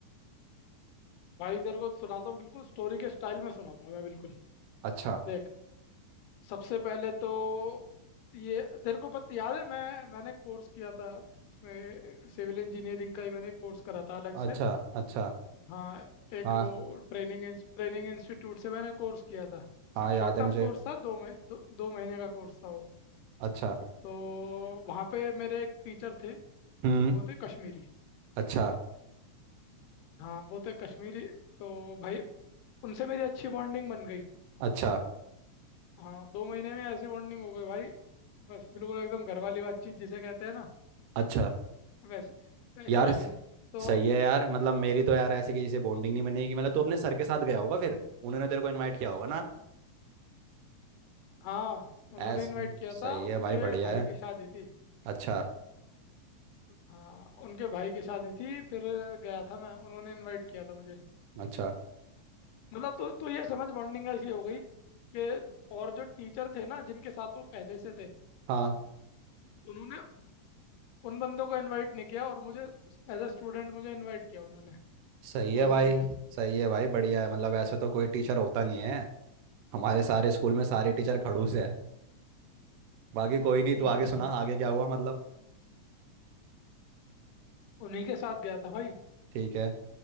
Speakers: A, on the left; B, on the right.
A: भाई तेरे को सुनाता हूँ बिल्कुल स्टोरी के स्टाइल में सुनाऊंगा मैं बिल्कुल
B: अच्छा
A: देख सबसे पहले तो ये तेरे को पता याद है मैं मैंने कोर्स किया था उसमें सिविल इंजीनियरिंग का ही मैंने कोर्स करा था अलग
B: अच्छा
A: से
B: अच्छा
A: हाँ एक
B: हाँ
A: वो ट्रेनिंग ट्रेनिंग इंस्टीट्यूट से मैंने कोर्स किया था
B: हाँ याद
A: शॉर्ट
B: है
A: टर्म
B: मुझे
A: कोर्स था दो मही, दो, दो महीने का कोर्स था वो
B: अच्छा
A: तो वहाँ पे मेरे एक टीचर थे तो
B: हम्म
A: वो थे कश्मीरी
B: अच्छा
A: हाँ वो थे कश्मीरी तो भाई उनसे मेरी अच्छी बॉन्डिंग बन गई
B: अच्छा
A: हाँ दो महीने में ऐसी बॉन्डिंग हो गई भाई बस बिल्कुल एकदम घर वाली बातचीत जिसे कहते हैं ना
B: अच्छा
A: वैसी वैसी
B: यार
A: वाली तो
B: सही है यार मतलब मेरी तो यार ऐसे किसी से बॉन्डिंग नहीं बनेगी मतलब तू अपने सर के साथ गया होगा फिर उन्होंने तेरे को इनवाइट किया होगा ना
A: हाँ उन्होंने
B: ऐस
A: इनवाइट किया
B: सही
A: था उनके
B: है भाई बढ़िया
A: भाई
B: है
A: की शादी थी
B: अच्छा
A: हाँ उनके भाई की शादी थी फिर गया था मैं उन्होंने इनवाइट किया था मुझे
B: अच्छा
A: मतलब तो तो ये समझ बॉन्डिंग ऐसी हो गई कि और जो टीचर थे ना जिनके साथ वो पहले से थे
B: हाँ
A: उन्होंने उन बंदों को इनवाइट नहीं किया और मुझे एज अ स्टूडेंट मुझे इनवाइट किया उन्होंने
B: सही
A: सोच
B: है भाई
A: ले तू
B: सही है भाई बढ़िया है मतलब ऐसे तो कोई टीचर होता नहीं है हमारे सारे स्कूल में सारे टीचर खड़ूस है बाकी कोई नहीं
A: <laughs>
B: तू आगे सुना आगे क्या हुआ मतलब
A: उन्हीं के साथ गया था भाई
B: ठीक है